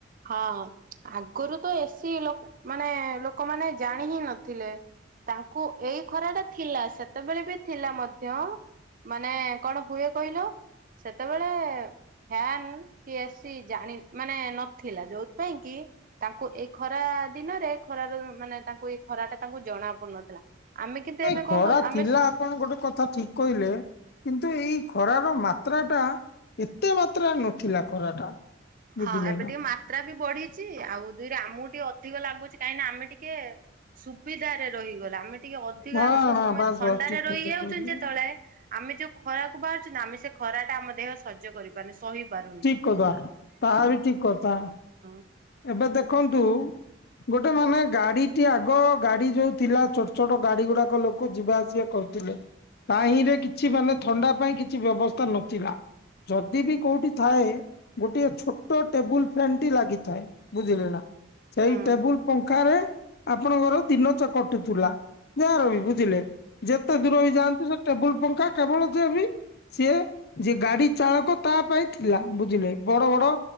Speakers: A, on the right; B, on the left.
A: ହଁ ଆଗରୁ ତ ଏସି ଲୋକ ମାନେ ଲୋକମାନେ ଜାଣି ହିଁ ନଥିଲେ। ତାଙ୍କୁ ଏଇ ଖରା ଟା ଥିଲା ସେତେବେଳେ ବି ଥିଲା ମଧ୍ୟ ମାନେ କଣ ହୁଏ କହିଲ? ସେତେବେଳେ ଫ୍ୟାନ୍ କି ଏସି ଜାଣି ମାନେ ନ ଥିଲା ଯଉଥିପାଇଁ କି ତାଙ୍କୁ ଏଇ ଖରା ଦିନରେ ଖରା ର ମାନେ ତାଙ୍କୁ ଏଇ ଖରା ଟା ତାଙ୍କୁ ଜଣା ପଡୁନଥିଲା। ଆମେ କିନ୍ତୁ
B: ନାଇଁ
A: ଏବେ
B: ଖରା
A: କଣ କହୁଚୁ ଆମେ
B: ଥିଲା
A: ସ
B: ଆପଣ ଗୋଟେ କଥା ଠିକ କହିଲେ କିନ୍ତୁ ଏଇ ଖରାର ମାତ୍ରା ଟା ଏତେ ମାତ୍ରା ନଥିଲା ଖରାଟା। ବୁଝିଲେ
A: ହଁ ଏବେ
B: ନା
A: ଟିକେ ମାତ୍ରା ବି ବଢ଼ିଛି ଆଉ ଦୁଇରେ ଆମକୁ ଟିକେ ଅଧିକ ଲାଗୁଛି କାହିଁକିନା ଆମେ ଟିକେ ସୁବିଧାରେ ରହିଗଲା ଆମେ ଟିକେ ଅଧିକାଂଶ
B: ହଁ ହଁ
A: ସମୟ
B: ବାସ୍
A: ଥଣ୍ଡାରେ
B: ବାସ୍ ଠିକ
A: ରହିଯାଉଚନ୍ତି
B: କଥା କହିଲେ
A: ଯେତବେଳେ ଆମେ ଯୋଉଁ ଖରାକୁ ବାହାରୁଚୁ ନାଁ ଆମେ ସେ ଖରା ଟା ଆମ ଦେହ ସଜ୍ଜ କରିପାରୁନି ସହିପାରୁନି।
B: କହିବେ ତାହା ବି ଠିକ୍ କଥା।
A: ହଁ।
B: ଏବେ ଦେଖନ୍ତୁ ଗୋଟେ ମାନେ ଗାଡି ଟି ଆଗ ଗାଡି ଯୋଉଁ ଥିଲା ଛୋଟ ଛୋଟ ଗାଡି ଗୁଡାକ ଲୋକ ଯିବା ଆସିବା କରୁଥିଲେ ତାହିଁରେ କିଛି ମାନେ ଥଣ୍ଡା ପାଇଁ କିଛି ବ୍ୟବସ୍ଥା ନଥିଲା। ଯଦି ବି କୋଉଁଠି ଥାଏ। ଗୋଟିଏ ଛୋଟ ଟେବୁଲ ଫ୍ୟାନ୍ ଟି ଲାଗି ଥାଏ। ବୁଝିଲେ ନାଁ ସେଇ
A: ହୁଁ
B: ଟେବୁଲ ପଙ୍ଖାରେ ଆପଣଙ୍କର ଦିନ ତ କଟୁଥୁଲା ଯାହା ବି ବୁଝିଲେ ଯେତେ ଦୂର ବି ଯାଆନ୍ତୁ ସେ ଟେବୁଲ ପଙ୍ଖା କେବଳ ସେ ବି ସିଏ ଯିଏ ଗାଡି ଚାଳକ ତା ପାଇଁ ଥିଲା। ବୁଝିଲେ ବଡ ବଡ